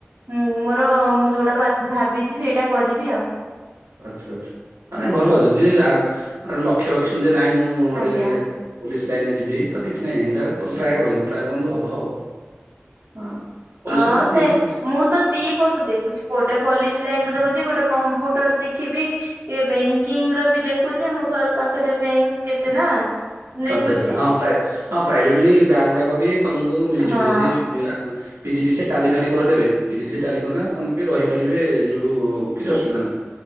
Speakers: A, on the right (about 65°); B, on the right (about 85°).
A: ମୁଁ ମୋର ମୁଁ ଯୋଉଟା ବାଛି ଭାବିଛି ସେଇଟା କରିବି ଆଉ।
B: ଆଚ୍ଛା ଆଛା ମାନେ ଭଲ ଯଦି ଆ ମାନେ ଗୋଟେ ଲକ୍ଷ୍ୟ ରଖିଛନ୍ତି ନାଇଁ ମୁଁ ଗୋଟେ
A: ଆଜ୍ଞା।
B: ପୋଲିସ। ଲାଇନରେ ଯିବି ତ କିଛି ନାହିଁ ଏଇଟା ଟ୍ରାଏ କରନ୍ତୁ ଟ୍ରାଏ କରନ୍ତୁ ହବ ଆଉ।
A: ହଁ
B: ପୋଲିସ
A: ହଁ
B: ଲାଇନ
A: ସେ
B: ଇଏ ତ କିଛି
A: ମୁଁ ତ ଦି ପଟୁ ଦେଖୁଛି ଗୋଟେ ପୋଲିସ ଲାଇନରେ ଦେଖୁଛି ଗୋଟେ କମ୍ପ୍ୟୁଟର ଶିଖିବି ଟିକେ ବ୍ୟାଙ୍କିଙ୍ଗ ର ବି ଦେଖୁଛି ମୋ ଘର ପାଖରେ ବ୍ୟାଙ୍କ କେତେ ନା <inaudible> ଦେଖୁଛି
B: ଆଚ୍ଛା ଆଛା ହଁ ପ୍ରାଇ ହଁ ପ୍ରାଇଭେଟ ଲି ବ୍ୟାଙ୍କ ଗୁଡାକ ବି ତମକୁ ମିଳିଯିବ
A: ହଁ
B: ଯଦି ପିଜିଡିସିଏ ସେ ଟାଲି ଫାଲି କରିଦେବେ ପିଜିଡିସିଏ ସେ ଟାଲି ତମେ ବି ରହି ପାରିବେ ଯୋଉ କିଛି ଅସୁବିଧା ନାହିଁ।